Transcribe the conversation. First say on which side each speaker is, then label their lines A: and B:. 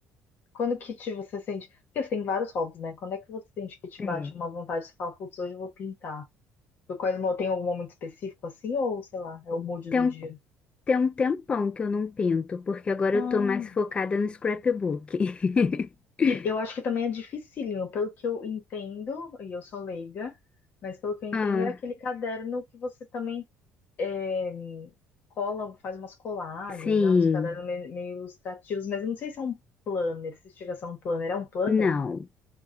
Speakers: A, on the left (about 50°); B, on the left (about 25°).
A: quando que te você sente? Porque você tem vários hobbies, né? Quando é que você sente que te
B: É.
A: bate uma vontade, você fala, putz, hoje eu vou pintar. Por quais, mo- tem algum momento específico assim, ou sei lá, é o mood
B: Tem
A: do
B: um
A: dia?
B: Tem um tempão que eu não pinto, porque agora
A: Hum.
B: eu tô mais focada no scrapbook. <laughs>
A: Que eu acho que também é dificílimo, pelo que eu entendo, e eu sou leiga, mas pelo que eu entendo
B: Ah,
A: é aquele caderno que você também é, cola, faz umas colagens,
B: sim.
A: né? Uns cadernos meio, meio ilustrativos, mas eu não sei se é um planner, se chega a ser um planner. É um planner?
B: Não,